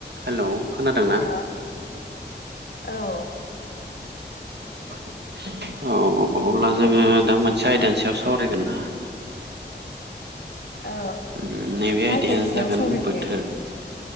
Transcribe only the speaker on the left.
hello औ
औ
मा
आयदानि सायाव
सावरायगोन?